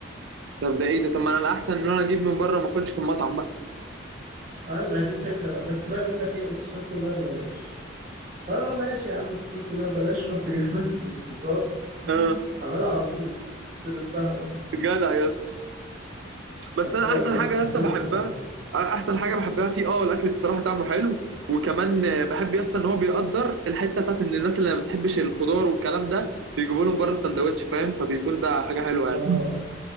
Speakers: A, on the right; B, on the right.
A: طب ده ايه ده طب ما انا الاحسن ان انا اجيب من بره ما اكلش في المطعم بقى
B: ايوه ما هي دي الفكره بقى بس بقى يقول لك ايه الصوصات كلها ببلاش فانا أقول له ماشي يا عم الصوصات كلها ببلاش رحت جاي <laughs> ماسك الصوصات
A: اه
B: عمال عصير شربتها بقى
A: جدع يا اسطى بس
B: اصل
A: انا احسن
B: يا اسطى
A: حاجه
B: بيستهبلوا
A: لسه بحبها
B: بصراحه
A: احسن حاجه بحبها فيه اه الاكل بصراحه طعمه حلو وكمان آه، بحب يسطا ان هو بيقدر الحته بتاعت ان الناس اللي ما بتحبش الخضار والكلام ده بيجيبوا لهم بره السندوتش فاهم فبيكون ده حاجه حلوه يعني
B: اه